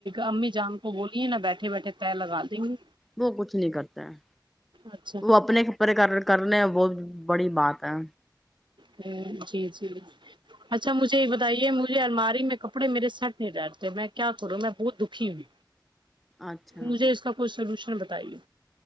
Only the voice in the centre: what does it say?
وہ کچھ نہیں کرتا ہے
وہ اپنے کپرے کر ر کرنے ہیں بہت ببڑی بات ہے
اچھا